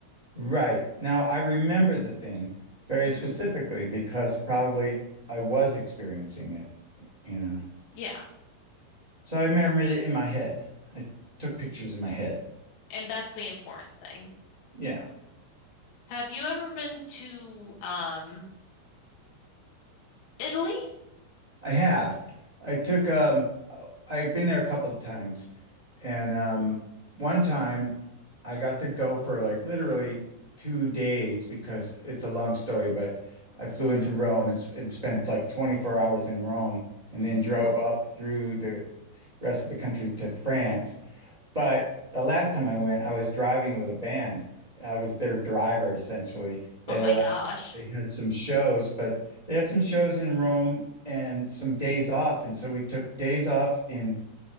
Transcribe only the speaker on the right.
right. Now I remember the thing very
specifically because probably I was experiencing it, you know?
So I remembered it in my head. I took pictures in my head.
Yeah,
I have. I took, um, I've been there a couple of times. And um, one time I got to go for like literally two days because it's a long story, but I flew into Rome and, s- and spent like 24 hours in Rome and
then drove up through the rest of the country to France. But the last time I went, I was driving with a band. I was their driver essentially. They're,
uh, they had some shows, but they had some shows in Rome and some days off. And so we took days off in